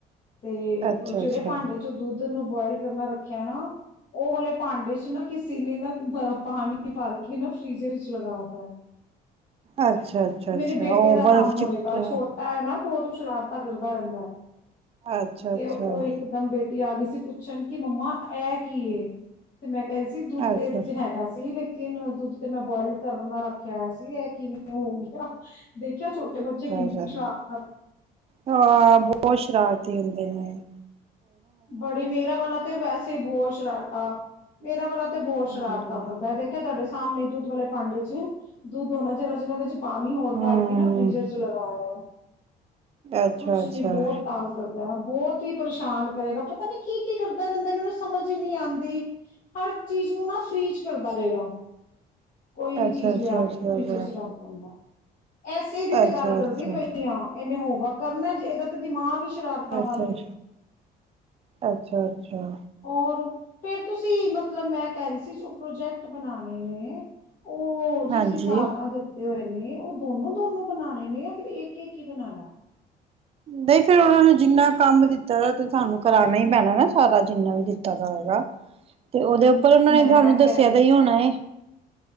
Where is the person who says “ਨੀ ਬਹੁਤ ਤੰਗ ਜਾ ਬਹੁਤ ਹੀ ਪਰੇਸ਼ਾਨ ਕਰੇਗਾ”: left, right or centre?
Left